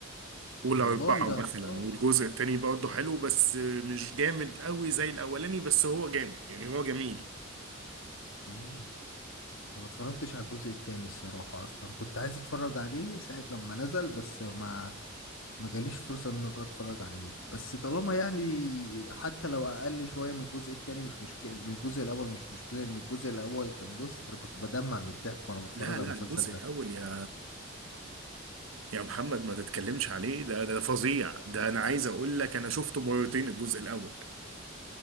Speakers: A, on the right; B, on the left.
A: قول
B: والله
A: أربعة
B: ده
A: مثلا
B: اطلال
A: والجزء التاني برضه حلو بس مش جامد قوي زي الأولاني بس هو جامد يعني هو جميل
B: امم انا ما اتفرجتش على الجزء التاني الصراحة اصلا كنت عايز اتفرج عليه ساعة لما نزل بس ما ما جاليش فرصة ان انا اتفرج عليه بس طالما يعني حتى لو اقل شوية من الجزء التاني مش مشكلة من الجزء الاول مش مشكلة ان الجزء الاول كان بص انا كنت بدمع من الضحك وانا بتفرج
A: لا
B: على
A: لا
B: المسلسل
A: الجزء
B: ده
A: الأول يا يا محمد ما تتكلمش عليه ده ده فظيع ده أنا عايز أقول لك أنا شفته مرتين الجزء الأول